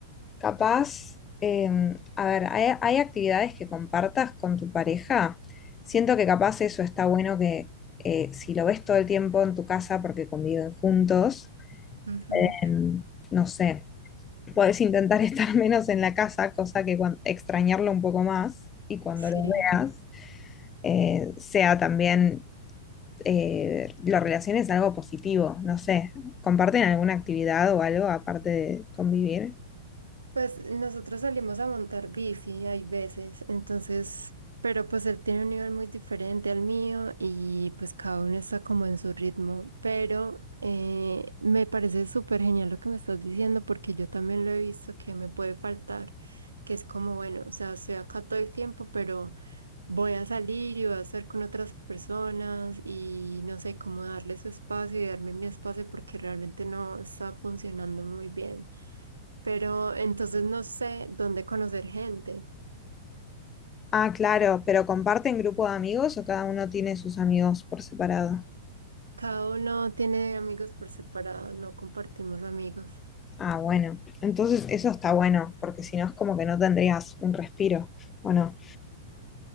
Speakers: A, on the left; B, on the right.
A: Capaz, eh, a ver, hay, hay actividades que compartas con tu pareja. Siento que capaz eso está bueno que eh, si lo ves todo el tiempo en tu casa porque conviven juntos,
B: Ujú,
A: em, no sé, podés intentar <laughs> estar menos en la casa, cosa que cuan- extrañarlo un poco más y cuando
B: Sí.
A: lo veas eh, sea también eh, lo relaciones a algo positivo, no sé, ¿comparten alguna actividad o algo aparte de convivir?
B: Pues nosotros salimos a montar bici, hay veces, entonces, pero pues él tiene un nivel muy diferente al mío y pues cada uno está como en su ritmo, pero eh, me parece súper genial lo que me estás diciendo porque yo también lo he visto que me puede faltar, que es como, bueno, o sea, estoy acá todo el tiempo, pero voy a salir y voy a estar con otras personas y no sé cómo darle su espacio y darme mi espacio porque realmente no está funcionando muy bien. Pero entonces no sé dónde conocer gente.
A: Ah, claro, pero ¿comparten grupo de amigos o cada uno tiene sus amigos por separado?
B: Cada uno tiene amigos por separado, no compartimos amigos.
A: Ah, bueno, entonces eso está bueno, porque si no es como que no tendrías un respiro, ¿o no?